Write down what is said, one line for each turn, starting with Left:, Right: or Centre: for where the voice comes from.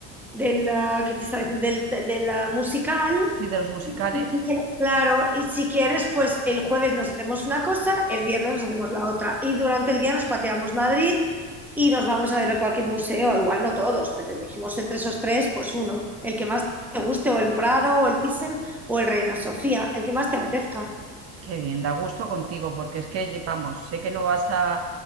Centre: de la, ¿qué te estaba diciendo? Del- de la musical.
Right: Sí, de los musicales.
Centre: Y si quieres- Claro, y si quieres, pues el jueves nos hacemos una cosa, el viernes nos hacemos la otra. Y durante el día nos pateamos Madrid y nos vamos a ver a cualquier museo, igual no todos, pero elegimos entre esos tres, pues uno, el que más te guste, o el Prado, o el Thyssen, o el Reina Sofía, el que más te apetezca.
Right: Qué bien, da gusto contigo, porque es que, vamos, sé que lo vas a,